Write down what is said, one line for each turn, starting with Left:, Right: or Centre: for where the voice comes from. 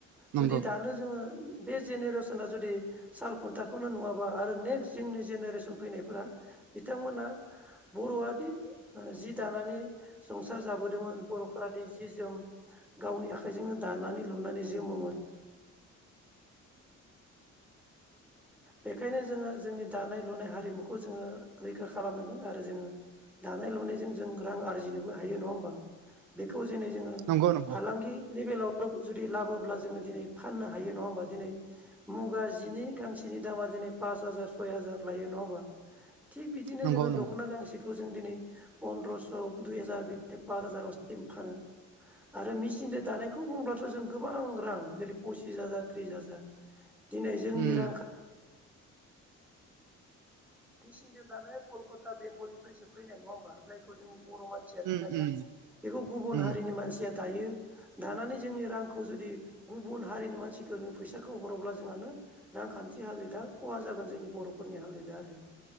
Right: नंगौ
Centre: जुदि दानो जोङो बे जेनेरेसना जुदि साल खुन्थाखौनो नुवाबा आरो नेक्स्ट जोंनि जेनेरेसन फैनायफोरा बिथांमोना बर'आदि जि दानानै संसार जाबोदोंमोन बर'फोरादि जि जोम गावनि आखाइजोंनो दानानै लुनानै जोमोमोन बेखायनो जोङो जोंनि दानाय लुनाय हारिमुखौ जोङो रैखा खालामनांगोन आरो जोङो दानाय लुनायजों जों रां आरजिनोबो हायो नङा होमबा बेखौ जो नै जोङो
Right: नंगौ
Centre: फालांगि लेभेलाव जुदि लाबोब्ला जोङो दिनै फाननो हायो नङा होमबा दिनै मुगा जिनि गांसे -सेनि दामा दिनै पास हाजार सय हाजार लायो नङा होनबा थिक बिदिनो
Right: नंगौ
Centre: जोङो
Right: नंगौ
Centre: दख'ना गांसेखौ जों दिनै फन्द्रस' दुइ हाजार बिदिनो फास हाजारावसिम फानो आरो मेचिनजों दानायखौ बुंब्लाथ' जों गोबां रां जेरै पसिस हाजार त्रिस हाजार दिनै जोंनि
Right: उम
Centre: रांखा मेसिनजों दानाया कलकाता बेंगलनिफ्रायसो फैनाय नङा होमबा जायखौ जोंनि बर' मानसियानो
Right: उम
Centre: थाया
Right: उम
Centre: बेखौ गुबुन
Right: उम
Centre: हारिनि मानसि जायहा दायो दानानै जोंनि रांखौ जुदि गुबुन हारिनि मानसिफोरनो फैसाखौ हरोब्ला जोंहा नो रांखान्थि हालोदा खहा जागोन जोंनि बर'फोरनि हालोदा आरो।